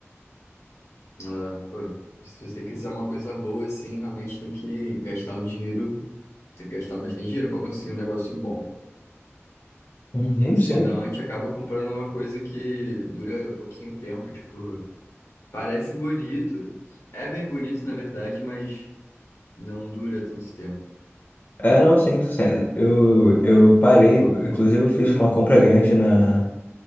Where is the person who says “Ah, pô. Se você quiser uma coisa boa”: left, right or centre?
Left